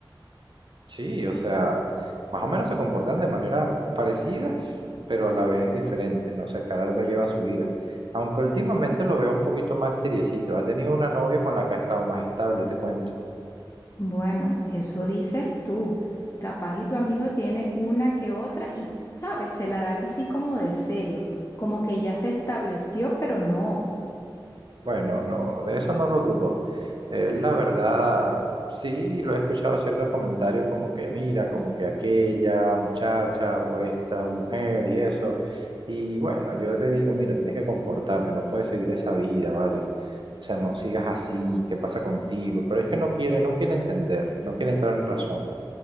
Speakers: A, on the right; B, on the left.
A: Sí, o sea, más o menos se comportan de manera parecidas, pero a la vez diferentes, no sé, cada uno lleva su vida. Aunque últimamente lo veo un poquito más seriecito, ha tenido una novia con la que ha estado más estable, te cuento.
B: Bueno, eso dices tú. Capaz y tu amigo tiene una que otra y, sabes, se la da casi como de serio, como que ya se estableció, pero no.
A: Bueno, no, de eso no lo dudo. Eh, la verdad, sí, lo he escuchado ciertos comentarios como que mira, como que aquella muchacha o esta mujer y eso. Y bueno, yo le digo, mira, tienes que comportarte, no puedes seguir esa vida, ¿vale? O sea, no sigas así, ¿qué pasa contigo? Pero es que no quiere, no quiere entender, no quiere entrar en razón.